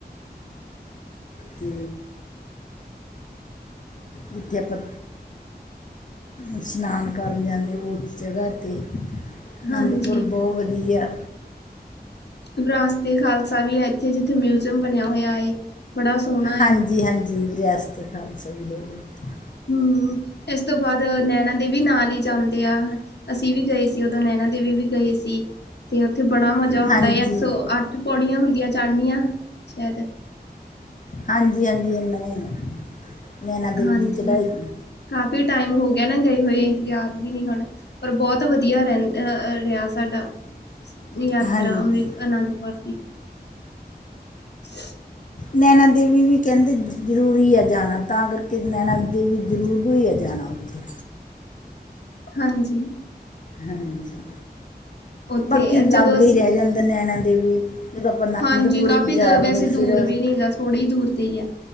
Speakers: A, on the left (about 50°); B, on the left (about 85°).
A: ਤੇ ਜਿੱਥੇ ਆਪਾਂ ਇਸ਼ਨਾਨ ਕਰਨ ਜਾਂਨੇ ਆਂ ਓਸ ਜਗ੍ਹਾ ਤੇ ਅਨੰਦਪੁਰ
B: ਹਾਂਜੀ
A: ਬੋ ਵਧੀਆ।
B: ਵਿਰਾਸਤ ਏ ਖਾਲਸਾ ਵੀ ਐ ਇੱਥੇ ਜਿੱਥੇ ਮਿਊਜ਼ੀਅਮ ਬਣਿਆ ਹੋਇਆ ਏ। ਬੜਾ ਸੋਹਣਾ ਏ
A: ਹਾਂਜੀ-ਹਾਂਜੀ ਵਿਰਿਆਸਤ ਏ ਖਾਲਸਾ ਵੀ ਹੈਗਾ।
B: ਹੂੰ ਇਸ ਤੋਂ ਬਾਦ ਨੈਣਾ ਦੇਵੀ ਨਾਲ ਈ ਜਾਂਦੇ ਆ ਅਸੀਂ ਵੀ ਗਏ ਸੀ ਓਦੋਂ ਨੈਣਾ ਦੇਵੀ ਵੀ ਗਏ ਸੀ। ਤੇ ਓਥੇ ਬੜਾ ਮਜ਼ਾ ਔਂਦਾ
A: ਹਾਂਜੀ
B: ਏ ਇੱਕ ਸੌ ਅੱਠ ਪੌੜੀਆਂ ਹੁੰਦੀਆਂ ਚੜਨੀਆ ਸ਼ੈਦ
A: ਹਾਂਜੀ-ਹਾਂਜੀ ਇੰਨੀਆ ਈ ਨੇ ਨੈਣਾ ਦੇਵੀ
B: ਹਾਂਜੀ
A: ਦੀ ਚੜ੍ਹਾਈ
B: ਕਾਫੀ ਟਾਈਮ ਹੋ ਗਿਆ ਨਾ ਗਏ ਹੋਏ ਯਾਦ ਵੀ ਨੀ ਹੁਣ। ਪਰ ਬੋਤ ਵਧੀਆ ਰੈਂ ਅ-ਅ ਰਿਆ ਸਾਡਾ ਯਾਤਰਾ
A: ਹਾਂਜੀ
B: ਅੰਮ੍ਰਿਤ ਅਨੰਦਪੁਰ ਦੀ। <inaudible>
A: ਨੈਣਾ ਦੇਵੀ ਵੀ ਕੈਂਦੇ ਜ਼ਰੂਰੀ ਐ ਜਾਣਾ ਤਾਂ ਕਰਕੇ ਨੈਣਾ ਦੇਵੀ ਜਰੂਰੀ ਈ ਆ ਜਾਣਾ। ਓਥੇ।
B: ਹਾਂਜੀ।
A: ਹਾਂਜੀ
B: ਉੱਥੇ
A: ਬਾਕੀ ਲਾਗੇ
B: ਜਦੋਂ ਅਸੀਂ
A: ਈ ਰੈ ਜਾਂਦਾ ਨੈਣਾ ਦੇਵੀ। ਜਦੋਂ ਆਪਾਂ ਅਨੰਦਪੁਰ
B: ਹਾਂਜੀ ਕਾਫੀ
A: ਵੀ ਜਾ
B: ਦ
A: ਵੜੇ
B: ਵੈਸੇ
A: ਫਿਰ
B: ਦੂਰ ਵੀ ਨੀ ਹੈਗਾ ਥੋੜੀ ਦੂਰ ਤੇ ਹੀ ਆ।